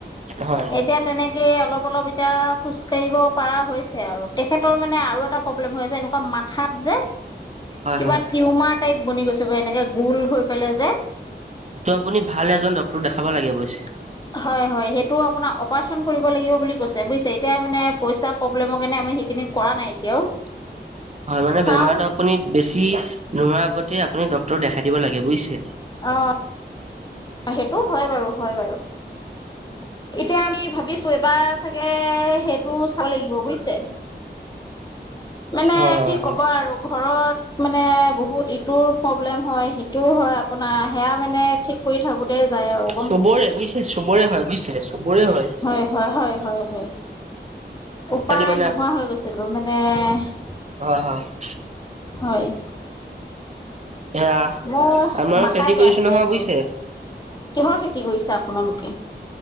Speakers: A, on the right; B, on the left.
A: হয়।
B: এতিয়া তেনেকে অলপ অলপ এতিয়া খোজকাঢ়িব পাৰা হৈছে আৰু তেখেতৰ মানে আৰু এটা প্ৰব্লেম হৈ আছে এনেকুৱা মাথাত যে কিবা
A: হয়
B: টিউমাৰ টাইপ বনি গৈছে এনেকে গোল হৈ পেলাই যে
A: এইটো আপুনি ভাল এজন ডাক্তৰ দেখাব লাগে অৱশ্যে।
B: হয় হয় সেইটো আপোনাক অপাৰচন কৰিব লাগিব বুলি কৈছে বুইছে, এতিয়া মানে পইচা প্ৰব্লেম কাৰণে সেইখিন কৰা নাই এতিয়াও।
A: হয় মানে
B: চাওঁ
A: বেমাৰতটো আপুনি বেছি নোহোৱাৰ আপত্তি আপুনি ডক্তৰক দেখাই দিব লাগে বুইছে।
B: অৱ। সেইটোও হয় বাৰু হয় বাৰু। এতিয়া আমি ভাবিছো, এবাৰ চাগে সেইটো চাব লাগিব, বুজিছে? <unintelligible> মানে
A: হয় হয়
B: কি
A: হয়।
B: কবা আৰু ঘৰত <unintelligible> মানে বহুত ইটোৰ প্ৰব্লেম হয়, সিটোৰ হয় আপোনাৰ সেয়া মানে ঠিক কৰি থাকো <unintelligible> <unintelligible> যায় আৰু।
A: চবৰে বুজিছে, চবৰে হয় বুজিছে, চবৰে হয়। <inaudible>
B: হয়-হয়-হয়-হয়-হয় <inaudible>
A: আজিকালি
B: উপায়
A: মানে
B: নোহোৱা হৈ গৈছে গৈ মানে <unintelligible>
A: হয়-হয় <unintelligible>
B: হয়। <inaudible>
A: এয়া
B: মই
A: আমাৰো
B: মাথাই
A: খেতি
B: বেয়া
A: কৰিছো
B: হৈ
A: নহয়
B: যায় এইবোৰ।
A: বুজিছে।
B: <inaudible> কিহৰ খেতি কৰিছে আপোনালোকে?